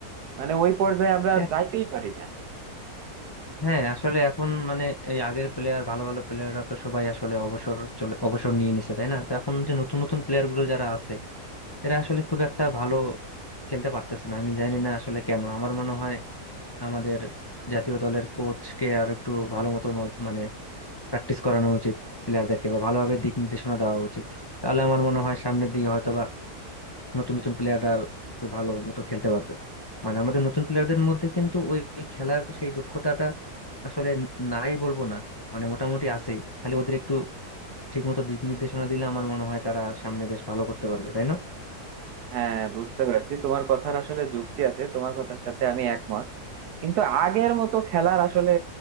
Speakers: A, on the right; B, on the left.
A: মানে ওই পর্যায়ে আমরা
B: এ-
A: যাইতেই পারি না
B: হ্যাঁ আসলে এখন মানে এই আগের প্লেয়ার ভালো ভালো প্লেয়াররা তো সবাই আসলে অবসর চলে অবসর নিয়ে নিছে তাই না তো এখন যে নতুন নতুন প্লেয়ার গুলো যারা আছে এরা আসলে খুব একটা ভালো খেলতে পারতেছে না আমি জানি না আসলে কেন আমার মনে হয় আমাদের জাতীয় দলের কোচকে আর একটু ভালো মতো ন- মানে প্র্যাকটিস করানো উচিত প্লেয়ারদেরকে বা ভালোভাবে দিক নির্দেশনা দেওয়া উচিত তাহলে আমার মনে হয় সামনের দিকে হয়তো বা নতুন নতুন প্লেয়াররা একটু ভালো মতো খেলতে পারবে মানে আমাদের নতুন প্লেয়ারদের মধ্যে কিন্তু ওই ওই খেলার সেই দক্ষতাটা আসলে ন- নাই বলবো না মানে মোটামুটি আছেই খালি ওদের একটু ঠিক মতো দিক নির্দেশনা দিলে আমার মনে হয় তারা সামনে বেশ ভালো করতে পারবে তাই না
A: হ্যাঁ বুঝতে পারছি তোমার কথার আসলে যুক্তি আছে তোমার কথার সাথে আমি একমত কিন্তু আগের মতো খেলার আসলে